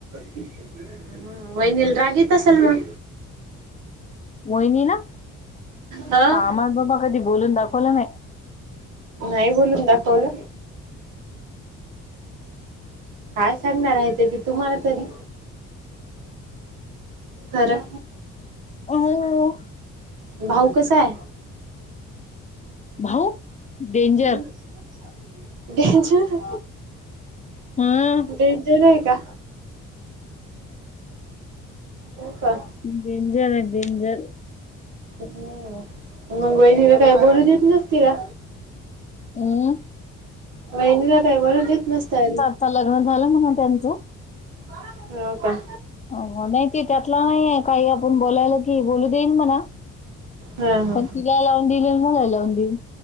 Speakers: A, on the right; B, on the left.
A: हुं वहिनी ला राग येत असल मंग?
B: वहीनीला!
A: हा
B: कामाहीत बाबा कधी बोलून दाखवलं नाही.
A: नाही बोलून दाखवलं? काय सांगणार आहे ते ते तुम्हाला तरी. खरं
B: हो
A: भाऊ कसा आहे?
B: भाऊ! डेंजर
A: हुं बेंचवर
B: हम्
A: बें ते नाही का? हों का.
B: डेंजर आहे डेंजर.
A: हूं मग वहिनीला काय बोलू देत नसतीला.
B: ऊ!
A: वहिणीला काही बोलू देत नसत्यांली
B: -चा लग्न झालं म्हणा त्यांचं-.
A: <unintelligible> हो का?
B: अव्वा... नाई ते त्यातला नाहीये... काही आपण बोलायला- ती बोलू देईन म्हणा...
A: हा हा.
B: पण तिला लावून देईल... मला लावून देईल.